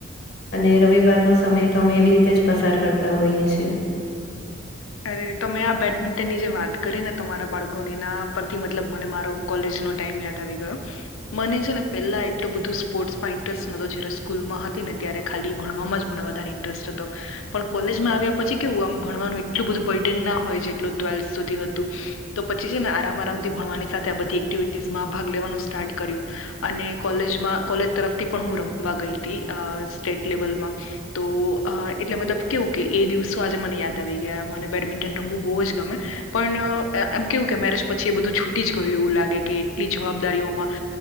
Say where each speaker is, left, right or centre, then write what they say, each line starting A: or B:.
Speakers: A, on the left; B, on the left.
A: અને રવિવારનો સમય તો અમે એવી રીતે જ પસાર કરતા હોઈએ છીએ.
B: અરે તમે આ બેડમિન્ટનની જે વાત કરીને તમારા બાળકોને એના પરથી મતલબ મને મારો કોલેજનો ટાઈમ યાદ આવી ગયો. મને છે ને પેલા એટલું બધું સ્પોર્ટ્સમાં ઇન્ટરેસ્ટ નતો જય્યારે સ્કૂલમાં હતી ને ત્યારે ખાલી ભણવામાં જ પણ વધારે ઇન્ટરેસ્ટ હતો પણ કોલેજમાં આવ્યા પછી કેવું આમ ભણવાનું એટલું બધું બર્ડેન ના હોય જેટલું ટ્વેલ્થ સુધી હતું તો પછી છે ને આરામ આરામથી ભણવાની સાથે આ બધી એક્ટિવિટીઝમાં ભાગ લેવાનું સ્ટાર્ટ કર્યું. અને કોલેજમાં કોલેજ તરફથી પણ હું રમવા ગઈ તી અ સ્ટેટ લેવલમાં. તો અ એટલે મતલબ કેવું કે એ દિવસો આજે મને યાદ આવી ગયા. મને બેડમિન્ટન રમવું બહુ જ ગમે. પણ અ આમ કેવું કે મેરેજ પછી એ બધું છૂટી જ ગયું એવું લાગે કે એટલી જવાબદારીઓમાં